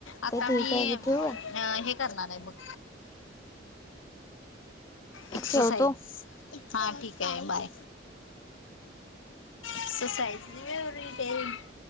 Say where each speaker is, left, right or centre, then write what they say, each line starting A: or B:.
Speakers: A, on the left; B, on the left.
A: आता
B: ठीक
A: मी
B: आहे की
A: अ
B: ठेवू का
A: हे करणार आहे बग, एक्ससाइज.
B: ठेवतो
A: हा ठीक आहे बाय. Exercise येवरी day.